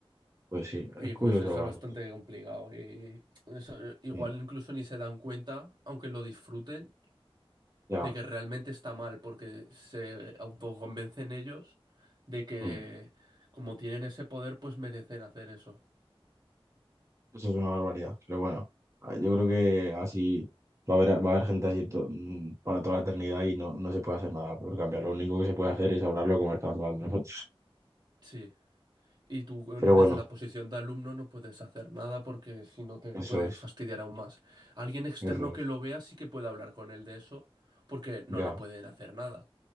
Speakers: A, on the right; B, on the right.
A: pues sí,
B: Y
A: es curioso
B: pues eso
A: hablarlo.
B: es bastante
A: sí.
B: complicado. Y eso, eh, igual
A: Mm,
B: incluso ni se dan cuenta, aunque lo disfruten,
A: Ya,
B: de que realmente está mal, porque se autoconvencen ellos de que
A: mm,
B: como tienen ese poder, pues merecen hacer eso.
A: Eso es una barbaridad. Pero bueno, ah, yo creo que así va a haber, va a haber gente así to- mm, para toda la eternidad y no, no se puede hacer nada por cambiar. Lo único que se puede hacer es hablarlo como estamos hablando nosotros. <laughs>
B: Sí. Y tú en-
A: Pero bueno,
B: desde la posición de alumno no puedes hacer nada porque si no te
A: eso
B: puede
A: es,
B: fastidiar aún más. Alguien externo
A: eso es.
B: que lo vea sí que puede hablar con él de eso porque no
A: Ya,
B: le pueden hacer nada.